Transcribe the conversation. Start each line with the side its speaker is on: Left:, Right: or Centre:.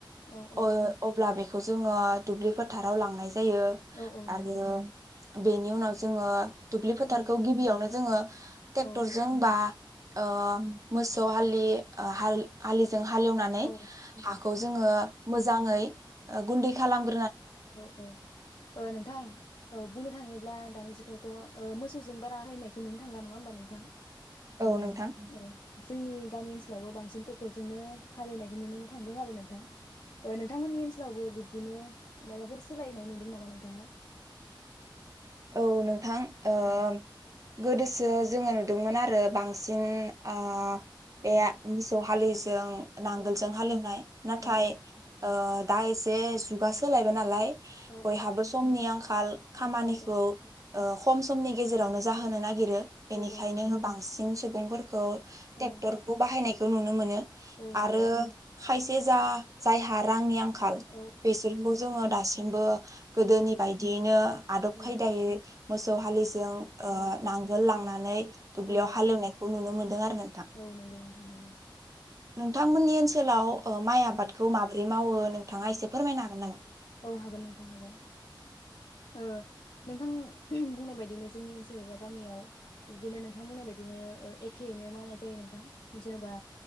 Left: औ औ
Right: अ अब्ला बे जोङो दुब्लि फोथाराव लांनाय जा जायो
Left: औ औ नंगौ
Right: आरो बेनि उनाव जोङो दुब्लि फोथारखौ
Left: औ
Right: गिबियावनो जोङो ट्रेक्टरजों
Left: अ औ
Right: बा अ <unintelligible> मोसौ हालि <unintelligible> जों हालेवनानै
Left: औ
Right: हाखौ जोङो मोजाङै गुन्दै खालाम
Left: औ औ नोंथां औ बुंनो थाङोब्ला दानि जुगावथ मोसौजों बारा <unintelligible> हालेवनायखौ नुनो थांला नङा होमबा नोंथां
Right: औ
Left: उम
Right: नोंथां
Left: औ जोंनि गामि ओनसोलावबो बांसिन ट्रेक्टरजोंनो हालेवनायखौ नुनो मोन थांदों आरो नोंथां नोंथांमोननि ओनसोलावबो बिदिनो माबाफोर सोलायनाय नुदों नामा नोंथाङा
Right: औ नों नोंथां ओ ओं
Left: औ
Right: गोदोसो जोङो नुदोंमोन आरो बांसिन आ
Left: औ
Right: ए मोसौ हालिस इहों नांगोलजों
Left: औ
Right: हालेवनाय नाथाय
Left: औ औ
Right: ओ डाइस, बे जुगास होलायबाय नालाय,
Left: औ
Right: बयहाबो समनि आंखा खाल खामानि
Left: औ
Right: खौ ओ खम समनि गेजेरावनो जाहोनो नागिर नागिरो बेनिखायनो
Left: औ औ नंगौ
Right: बांसिन सुबुंफोर <unintelligible> ट्रेक्टरखौ
Left: औ
Right: बाहायनाय, खौ नुनो मोनो
Left: औ नंगौ
Right: आरो खायसे जा जायहा रांनि आंखाल
Left: औ
Right: बेसोरखौ जोङो दासिम नोंबो गोदोनि बायदियैनो आदब
Left: औ
Right: खायदायै मोसौ हालिस इयां
Left: औ
Right: ओ नांगोल लांना नै दुल्बिआव
Left: औ
Right: हालौनाय खौ नुनो मोनदों आरो ना
Left: औ नंगौ नंगौ नंगौ
Right: नोंथांमोननि ओनसोलाव, ओ माइ आबादखौ
Left: औ
Right: माबोरै, मावो नोंथाङा एसे फोरमायनो हागोन नामा?
Left: औ हागोन नोंथां हागोन ओ नोंथां ओम बुंनाय बायदिनो जोंनि ओनसोल एबा गामियाव बिदिनो नोंथां बुंनाय बायदिनो एखेयैनो मावनाय जायो नोंथां जेनबा